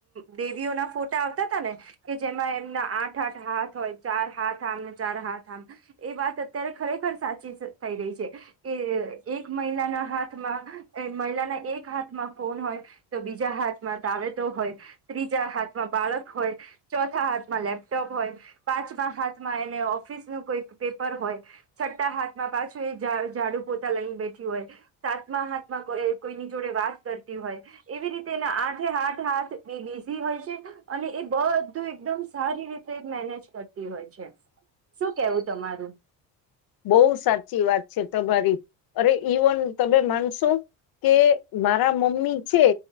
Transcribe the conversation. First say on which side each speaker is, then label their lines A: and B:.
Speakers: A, on the right; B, on the left.
A: દેવીઓના ફોટા આવતા હતા ને કે જેમાં એમના આઠ આઠ હાથ હોય ચાર હાથ આમને ચાર હાથ આમ એ વાત અત્યારે ખરેખર સાચી થઈ રહી છે કે એક મહિલાના હાથમાં અ મહિલાના એક હાથમાં ફોન હોય તો બીજા હાથ મા તાવેટો હોય ત્રીજા હાથમાં બાળક હોય ચોથા હાથમાં લેપટોપ હોય પાંચમા હાથમાં એને ઓફિસ નું કોઈ પેપર હોય છઠ્ઠા હાથમાં પાછું એ જાડ જાડુ પોતા લઈને બેઠી હોય સાતમા હાથમાં કોઈ કોઈની જોડે વાત કરતી હોય એવી રીતે એના આઠ ઠે હાથ હાથ બી બીઝી હોય છે અને એ બધું એકદમ સારી રીતે મેનેજ કરતી હોય છે શું કેવું તમારું.
B: બો સાચી વાત છે તમારી અરે ઇવન તમે માન શું કે મારા મમ્મી છે